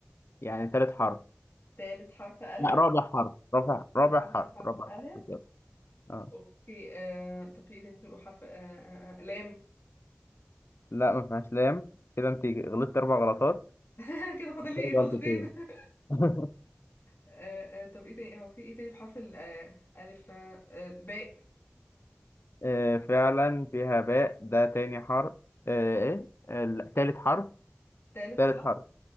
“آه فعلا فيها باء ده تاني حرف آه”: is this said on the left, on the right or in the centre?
Left